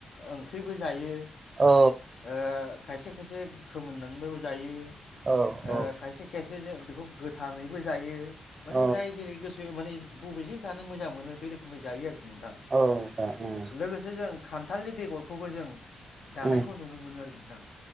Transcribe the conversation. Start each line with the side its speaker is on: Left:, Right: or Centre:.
Left: ओंख्रिबो जायो
Right: औ
Left: ओ खायसे खायसे फोमोननानैबाबो जायो।
Right: औ
Left: ओ
Right: औ
Left: खायसे खायसे जों बेखौ गोथाङैबो जायो। माने
Right: औ
Left: जाय जेरै गोसो माने बबेजों जानो मोजां मोनो बे रोखोमै जायो आरोखि नोंथां।
Right: औ नोंथां ओम
Left: लोगोसे जों खान्थालनि बेगरखौबो जों जानायखौ
Right: औ
Left: नुनो मोनो आरोखि नोंथां